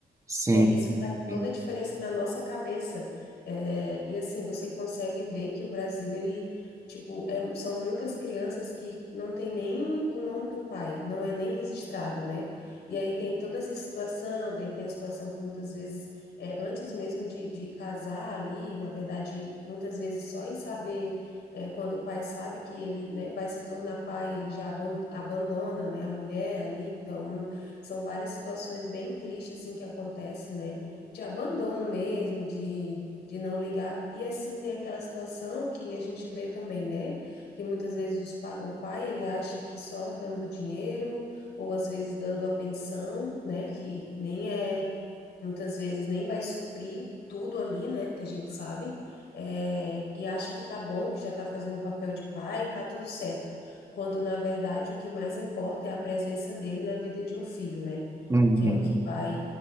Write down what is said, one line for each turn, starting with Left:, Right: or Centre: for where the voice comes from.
Right: Sim,
Left: É, isso faz
Right: sim,
Left: toda a diferença na nossa cabeça. É, e assim, você consegue ver que o Brasil, ele, tipo, é- são muitas crianças que não tem nem o nome do pai, não é nem registrado, né? E aí tem toda essa situação, daí tem a situação que muitas vezes, é, antes mesmo de, de casar ali, na verdade, muitas vezes só em saber, é, quando o pai sabe que ele, né, vai se tornar pai, ele já abon- abandona, né, a mulher ali, então... São várias situações bem tristes, assim, que acontece, né? De abandono mesmo, de, de não ligar. E, assim, tem aquela situação que a gente vê também, né? Que muitas vezes os pa- o pai, ele acha que só dando dinheiro, ou às vezes dando a pensão, né? Que nem é, muitas vezes nem vai suprir tudo ali, né? Que a gente sabe. É, e acha que tá bom, que já tá fazendo o papel de pai, tá tudo certo quando na verdade o que mais importa é a presença dele na vida de um filho, né?
Right: Uhum.
Left: Que é o que vai,